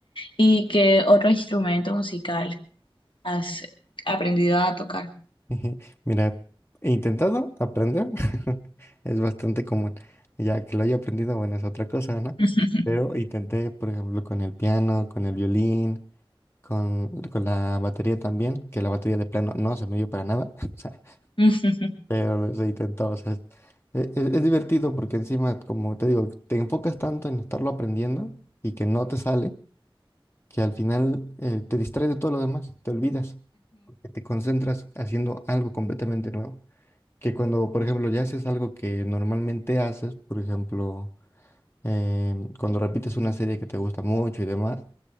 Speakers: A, on the left; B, on the left.
A: ¿Y qué otro instrumento musical has aprendido a tocar?
B: Ujú. Mira, he intentado aprender, <laughs> es bastante común. Ya que lo haya aprendido, bueno, es otra cosa, ¿no?
A: <laughs>
B: Pero intenté, por ejemplo, con el piano, con el violín, con, con la batería también, que la batería de plano no se me dio para nada, <laughs> o sea,
A: Ujú,
B: pero se intentó, o sea, es, es- es divertido porque encima, como te digo, te enfocas tanto en estarlo aprendiendo y que no te sale, que al final eh, te distraes de todo lo demás, te olvidas, porque te concentras haciendo algo completamente nuevo que cuando, por ejemplo, ya haces algo que normalmente haces, por ejemplo, em, cuando repites una serie que te gusta mucho y demás,